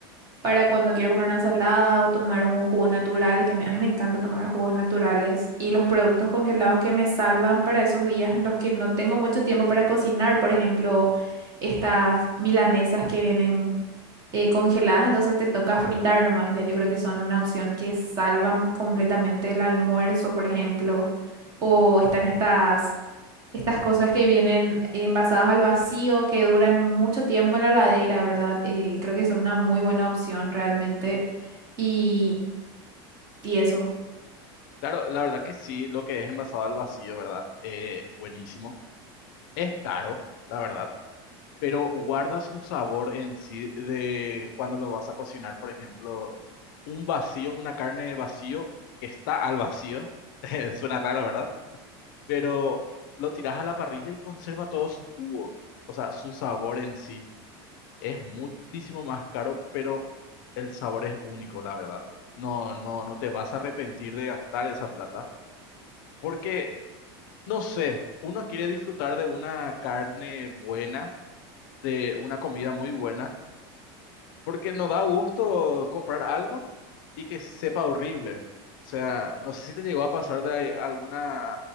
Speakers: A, on the right; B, on the left.
A: para cuando quiero comer una salada o tomar un jugo natural, que me- a mí me encanta tomar jugos naturales, y los productos congelados que me salvan para esos días en los que no tengo mucho tiempo para cocinar, por ejemplo, estas milanesas que vienen eh, congeladas, entonces te toca fritar nomás, ya yo creo que son una opción que salvan completamente el almuerzo, por ejemplo, o están estas estas cosas que vienen envasadas al vacío, que duran mucho tiempo en la heladera, ¿verdad? Eh, creo que son una muy buena opción realmente. Y, y eso.
B: Claro, la verdad que sí, lo que es envasado al vacío, ¿verdad? Eh, buenísimo. Es caro, la verdad, pero guarda su sabor en sí de cuando lo vas a cocinar, por ejemplo, un vacío, una carne de vacío que está al vacío. <laughs> Suena raro, ¿verdad? pero lo tiras a la parrilla y conserva todo su jugo, o sea, su sabor en sí. Es muchísimo más caro, pero el sabor es único, la verdad. No, no, no te vas a arrepentir de gastar esa plata, porque, no sé, uno quiere disfrutar de una carne buena, de una comida muy buena, porque no da gusto comprar algo y que sepa horrible. O sea, no sé si te llegó a pasar de alguna